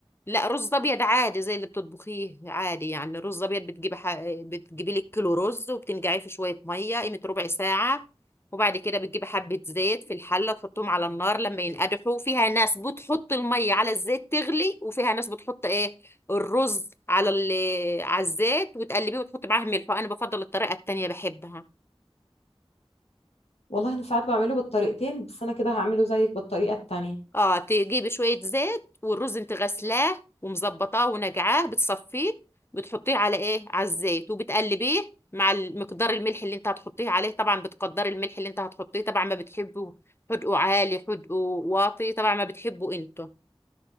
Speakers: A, on the left; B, on the left.
A: لا رز ابيض عادي زي اللي بتطبخيه عادي يعني رز ابيض بتجيبي ح... بتجيبي لك كيلو رز وبتنقعيه في شويه ميه قيمه ربع ساعه وبعد كده بتجيبي حبه زيت في الحله تحطهم على النار لما ينقدحوا فيها ناس بتحط الميه على الزيت تغلي وفيها ناس بتحط ايه الرز على ال... على الزيت وتقلبيه وتحط معاه ملح وانا بفضل الطريقه التانيه بحبها
B: والله انا ساعات بعمله بالطريقتين بس انا كده هعمله زيك بالطريقه التانية
A: اه تجيبي شوية زيت والرز انت غسلاه ومظبطاه ونقعاه بتصفيه بتحطيه على ايه على الزيت وبتقلبيه مع مقدار الملح اللي انت هتحطيه عليه طبعا بتقدري الملح اللي انت هتحطيه طبعا ما بتحبه حدقه عالي حدقه واطي طبعا ما بتحبه انتوا